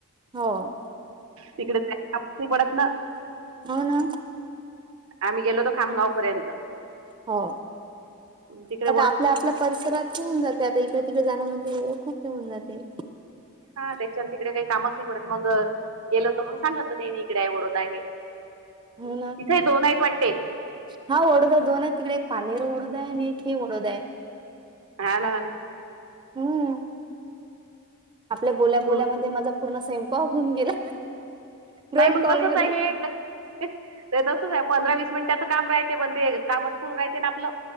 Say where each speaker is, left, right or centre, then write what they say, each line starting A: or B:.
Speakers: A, on the right; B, on the right.
A: हो
B: तिकडे जायला कामच नाही पडत ना
A: हो ना.
B: आम्ही गेलो होतो खामगाव पर्यंत
A: हो.
B: तिकडे
A: आता आपल्या आपल्या परिसरात ठेऊन जाते आता इक तिकडे जाण मध्ये ओळख खूप होऊन जाते.
B: हा त्याच्यानंत तिकडे काही कामच नाही पडत मग गेलो तर मग सांगतलं तेनी इकडे आवडत आहे.
A: हो ना.
B: तिथे दोन आहेत वाटते
A: हा ओडोदा आहे दोन आहे तिकडे एक पानीर ओडोदा आहे आणि एक ही ओडोद आहे.
B: <unintelligible>
A: हम्म आपल्या बोल्या बोल्यामध्ये
B: दूर
A: माझा पूर्ण स्वयंपाक होऊन गेला. दोन
B: नाही मग
A: कॉलमध्ये
B: तसच आहे हे. ते तसंच आहे पंधरा वीस मिनिटाचं काम राहते पण ते काम अटकून राहते ना आपलं.